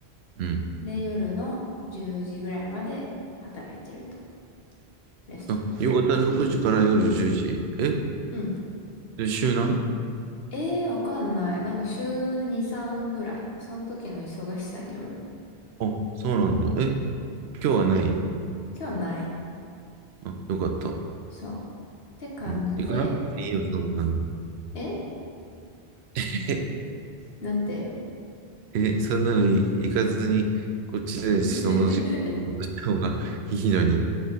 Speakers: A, on the right; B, on the left.
A: うん。
B: で、夜の10時ぐらいまで働いてると。レストランで。
A: あ、夕方6時から夜10時。え
B: うん。
A: で、週何
B: えー、わかんない。なんか週2、3ぐらい。その時の忙しさによる。
A: あ、そうなんだ。え今日はない
B: 今日ない。
A: あ、よかった。
B: そう。って感じで、
A: うん。行くないいよ、そんなの。
B: え
A: <laughs>
B: なんて
A: え、そんなのい行かずに、こっちでその時間を落とした方がいいのに。
B: <laughs>